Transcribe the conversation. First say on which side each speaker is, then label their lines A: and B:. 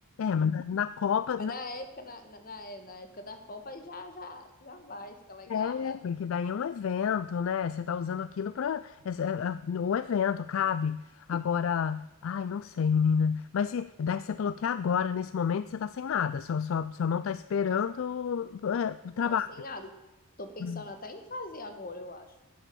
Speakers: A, on the left; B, on the left.
A: É, mas na na Copa,
B: Mas na época, na, na, na é, na época da Copa, aí já, já, já vai, fica legal,
A: É,
B: né?
A: porque daí é um evento, né? Você tá usando aquilo para o evento, cabe. Agora, ai, não sei, menina. Mas se, daí você falou que agora, nesse momento, você tá sem nada. Sua, sua, sua mão tá esperando é, o trabalho.
B: Tô sem nada. Tô pensando
A: Hum.
B: até em fazer agora, eu acho.